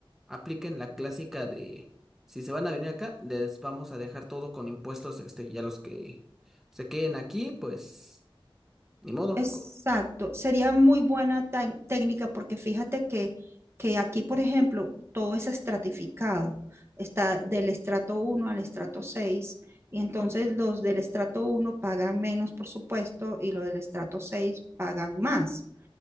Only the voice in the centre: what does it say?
apliquen la clásica de si se van a venir acá, les vamos a dejar todo con impuestos, este, y a los que se queden aquí, pues ni modo.
Co-